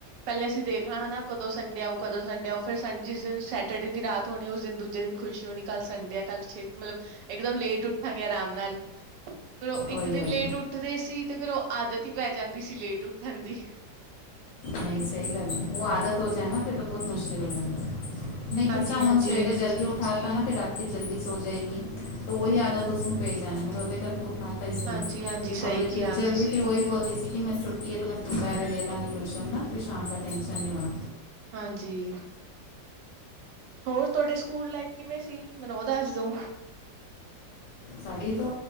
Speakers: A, on the right; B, on the left.
A: ਪਹਿਲੇ ਅਸੀਂ ਦੇਖਣਾ ਨਾ ਕਦੋਂ ਸੰਡੇ ਆਉ ਕਦੋਂ ਸੰਡੇ ਆਉ ਫਿਰ ਸੰਡੇ ਜਿਸ ਦਿਨ ਸੈਟਰਡੇ ਦੀ ਰਾਤ ਉਸ ਦਿਨ ਦੂਜੇ ਦਿਨ ਖੁਸ਼ੀ ਹੋਣੀ ਕੱਲ੍ਹ ਸੰਡੇ ਆ ਕੱਲ ਛੇ ਮਤਲਬ ਇਕਦਮ ਲੇਟ ਉੱਠਾਂਗੇ ਆਰਾਮ ਨਾਲ। ਫਿਰ ਉਹ ਇੱਕ
B: ਉਹੀ
A: ਦਿਨ
B: ਉਹੀ
A: ਲੇਟ ਉੱਠਦੇ ਸੀ ਤੇ ਫੇਿਰ ਉਹ ਆਦਤ ਹੀ ਪੈ ਜਾਂਦੀ ਸੀ ਲੇਟ ਉੱਠਣ ਦੀ।
B: ਨਹੀਂ ਸਹੀ ਗੱਲ ਹੈ ਉਹ ਆਦਤ ਹੋ ਜਾ ਨਾ ਫਿਰ ਤਾਂ ਬਹੁਤ ਮੁਸ਼ਕਿਲ ਹੋ ਜਾਂਦਾ। ਨਹੀਂ
A: ਹਾਂਜੀ-ਹਾਂਜੀ,
B: ਕਿਸੇ ਹੁਣ ਸਵੇਰੇ ਜਲਦੀ ਉੱਠ ਉਠਾ ਤਾ ਨਾ ਫਿਰ ਰਾਤੀ ਜਲਦੀ ਸੋ ਜਾਏਗੀ, ਤੇ ਉਹੀ ਆਦਤ ਉਸਨੂੰ ਪੈ ਜਾਣੀ ਫਿਰ ਉਹਦੇ ਕਰਕੇ ਖਤਾ ਹੀ ਸੀ
A: ਹਾਂਜੀ-ਹਾਂਜੀ ਸਹੀ
B: ਉਹਨੂੰ
A: ਕਿਹਾ,
B: ਟੀਚਰ ਵੀ ਉਹੀ ਬੋਲਦੀ ਸੀ ਕਿ ਮੈਂ ਛੁੱਟੀ ਤੇ ਮੈਂ ਦੁਪਹਿਰੇ ਲੈ ਲਾਂਗੀ। ਟਿਊਸ਼ਨ ਨਾ ਫਿਰ ਸ਼ਾਮ ਦਾ ਟੈਂਨਸ਼ਨ ਨਹੀਂ ਹੋਣਾ।
A: ਹਾਂਜੀ ਹੋਰ ਤੁਹਾਡੇ ਸਕੂਲ ਲਾਈਫ ਕਿਵੇਂ ਸੀ, ਮੈਨੂੰ ਉਹ ਦੱਸ ਦੋ?
B: ਸਾਡੀ ਤੋਂ